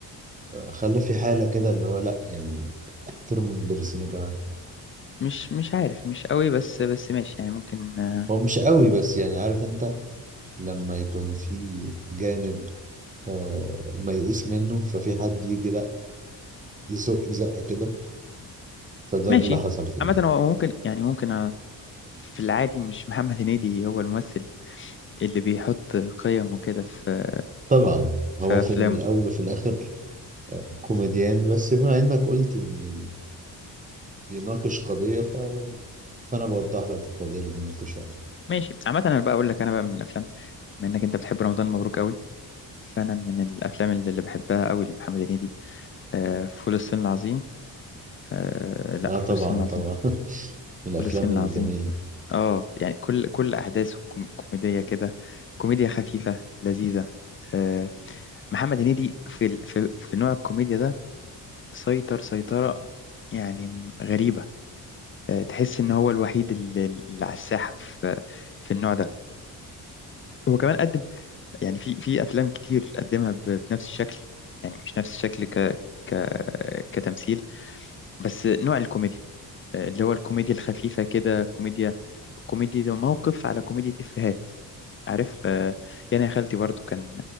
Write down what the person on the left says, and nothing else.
مش مش عارف مش قوي بس بس ماشي يعني ممكن آه،
ماشي
عامة هو ممكن يعني ممكن آه، في العادي مش محمد هنيدي هو الممثل اللي بيحط قيم وكده في
في
أفلامه
ماشي عامة أنا بقى أقول لك أنا بقى من الأفلام بما إنك أنت بتحب رمضان مبروك قوي فأنا من الأفلام اللي اللي بحبها قوي لمحمد هنيدي آه، فول الصين العظيم آه لا
فول
الصين العظيم
فول الصين العظيم
اه يعني كل كل احداثه كوم- كوميديه كده كوميديا خفيفه لذيذه آه محمد هنيدي في ال- في في نوع الكوميديا ده سيطر سيطره يعني م- غريبه آه تحس ان هو الوحيد اللي اللي على الساحه في في النوع ده هو كمان قدم يعني في في افلام كتير قدمها ب- بنفس الشكل يعني مش نفس الشكل ك ك كتمثيل بس نوع الكوميديا آه، اللي هو الكوميديا الخفيفة كده كوميديا كوميديا ده موقف على كوميديا إفيهات عارف آه، يعني يا خالتي برضو كان